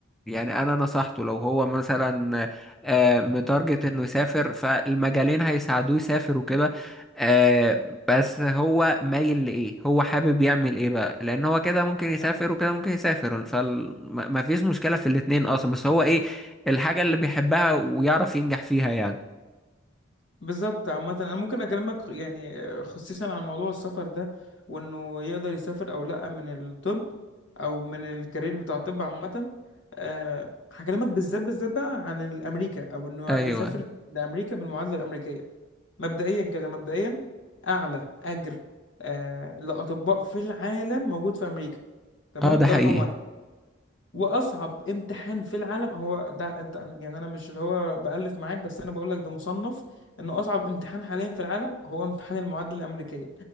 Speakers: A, in the centre; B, on the left.
A: يعني انا نصحته لو هو مثلا آه، متارجت انه يسافر فالمجالين هيساعدوه يسافر وكده آه، بس هو مايل لايه هو حابب يعمل ايه بقى لان هو كده ممكن يسافر
B: اه
A: وكده ممكن يسافر فما فيش مشكلة في الاتنين اصلا بس هو ايه الحاجة اللي بيحبها ويعرف ينجح فيها يعني
B: بالظبط عامة انا ممكن اكلمك يعني آه، خصيصا عن موضوع السفر ده وانه يقدر يسافر او لا من الطب او من الكارير بتاع الطب عامة آه، هكلمك بالذات بالذات بقى عن الامريكا او انه
A: ايوه
B: يسافر لامريكا بالمعادلة الامريكية مبدئيا كده مبدئيا اعلى اجر آه، لاطباء في العالم موجود في امريكا تمام
A: اه ده
B: ده
A: حقيقي
B: رقم واحد واصعب امتحان في العالم هو ده انت يعني انا مش اللي هو بالف معاك بس انا بقول لك ده مصنف انه اصعب امتحان حاليا في العالم هو امتحان المعادله الامريكيه